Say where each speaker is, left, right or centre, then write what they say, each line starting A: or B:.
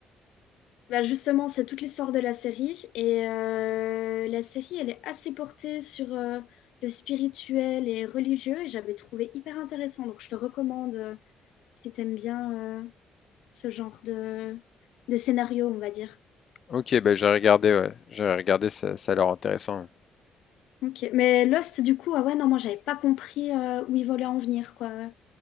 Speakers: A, on the left (about 85°); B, on the left (about 55°).
A: Bah justement, c'est toute l'histoire de la série et euh, la série, elle est assez portée sur euh, le spirituel et religieux et j'avais trouvé hyper intéressant. Donc je te recommande euh, si t'aimes bien euh, ce genre de, de scénario, on va dire.
B: Ok, ben j'ai regardé, ouais. J'ai regardé, ça, ça a l'air intéressant. ouais.
A: Ok, mais Lost, du coup, ah ouais, non, moi j'avais pas compris euh, où ils voulaient en venir, quoi.